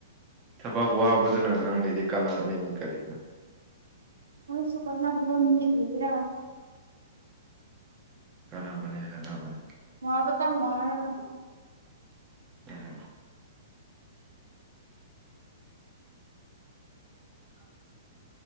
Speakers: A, on the right; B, on the right.
A: ꯊꯕꯛ ꯋꯥꯕꯗꯨꯅ ꯅꯪꯉꯩꯗꯤ ꯀꯥꯟꯅꯕꯅꯦꯅ ꯀꯔꯤꯅꯣ
B: ꯁꯨꯨ ꯀ ꯑꯗꯨꯕꯔꯥ
A: ꯀꯥꯟꯅꯥꯕꯅꯦ ꯑꯅꯕꯅꯦ
B: ꯃꯍꯕꯇ ꯃꯍꯥꯔ ꯅꯕꯨ
A: ꯑꯔ ꯑ